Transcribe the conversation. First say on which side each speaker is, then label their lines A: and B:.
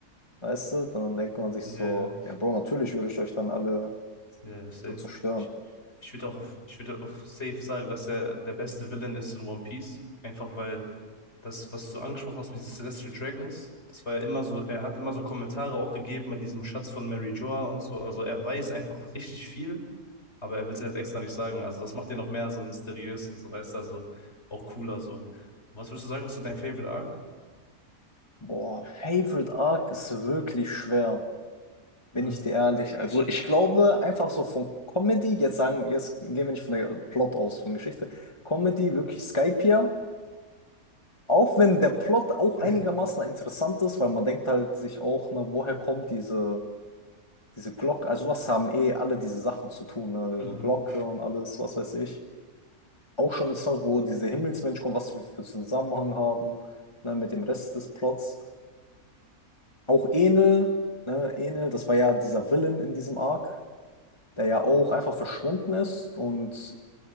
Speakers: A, on the left (about 20°); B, on the left (about 45°).
A: weißt du, dann denkt man sich
B: Ja.
A: so,
B: Yeah.
A: ja, Bro, natürlich würde ich euch dann alle
B: Ja, safe.
A: so zerstören.
B: Ich, ich würde auch auf, ich würde auf safe sagen, dass er der beste Villain ist in One Piece. Einfach weil das, was du angesprochen hast mit diesen Celestial Dragons, das war ja immer so, er hat immer so Kommentare auch gegeben mit diesem Schatz von Mary Joa und so. Also er weiß einfach richtig viel, aber er will es halt extra nicht sagen. Also das macht ihn noch mehr so mysteriös und so, weißt du, also auch cooler so. Was würdest du sagen, ist so dein Favorite Arc?
A: Boah, Favorite Arc ist wirklich schwer. Bin
B: Mhm.
A: ich dir ehrlich? Also ich glaube einfach so von Comedy, jetzt sagen, jetzt gehen wir nicht von der Plot aus, von Geschichte. Comedy, wirklich Skypiea. Auch wenn der Plot auch einigermaßen
B: <laughs>
A: interessant ist, weil man denkt halt sich auch, ne, woher kommt diese, diese Glocke? Also was haben eh alle diese Sachen zu tun, ne?
B: Mhm.
A: So Glocke und alles, was weiß ich. Auch schon interessant, wo diese Himmelsmenschen kommen, was wir für Zusammenhang haben, ne, mit dem Rest des Plots. Auch Enel, ne, Enel, das war ja dieser Villain in diesem Arc. der ja auch einfach verschwunden ist und